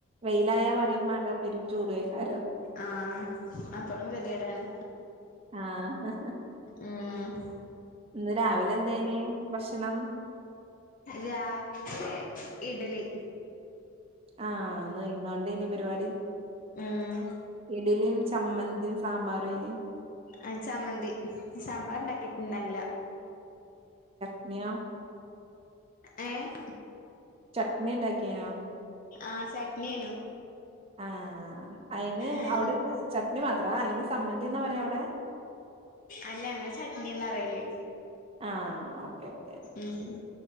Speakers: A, on the right (about 25°); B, on the left (about 40°).
A: വെയിലായ പറയുമ്പാണ്ട പെരും ചൂടയ്ക്കാരം
B: ആഹ അപ്പളും കെതേടാണ്
A: ആഹ്
B: ഉം
A: ഇന്ന് രാവിലെ എന്തേനി ഭക്ഷണം
B: രാവിലെ ഇഡ്ലി
A: ആഹ് ഒന്ന് ഇന്നോണ്ട് അയ്നിം പരിപാടി
B: ഉം
A: ഇടിലും ചമ്മന്തിയും സാമ്പാർ അയ്നിം
B: ആഹ് ചമ്മന്തി സാമ്പാർ ഉണ്ടാക്കിട്ടുണ്ടായ്ന്നില്ല
A: <unintelligible>
B: ഏഹ്
A: ചട്നി ഉണ്ടാക്കിനോ
B: ആഹ് ചട്നി അയ്നു
A: ആഹ് അയിന്
B: ഉം
A: അവിടെ ചട്നി മാത്ര അയിന് സമ്മന്തിന്നാ പറയാ അവിടെ
B: അല്ല ഞങ്ങള് ചട്നിന്ന അറയല്
A: ആഹ് ഓക്കെ ഓക്കേ
B: ഉം